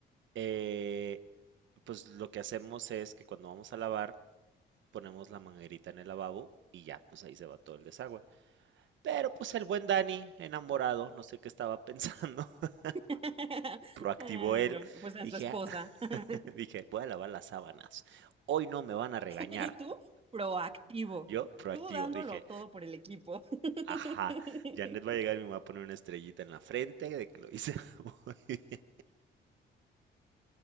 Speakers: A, on the right (about 70°); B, on the right (about 30°).
A: eh, pues lo que hacemos es que cuando vamos a lavar, ponemos la manguerita en el lavabo y ya, pues ahí se va todo el desagüe. Pero pues el buen Dani, enamorado, no sé qué estaba pensando, <laughs>
B: <laughs>
A: proactivo
B: Ay,
A: él,
B: no, pues en
A: dije,
B: su esposa.
A: "Ah", <laughs>
B: <laughs>
A: dije, voy a lavar las sábanas. Hoy no me van a regañar.
B: ¿Y tú? Proactivo.
A: Yo, proactivo,
B: Tú dándolo
A: dije,
B: todo por el equipo. <laughs>
A: ajá, Janet va a llegar y me va a poner una estrellita en la frente de que lo hice <laughs> muy bien".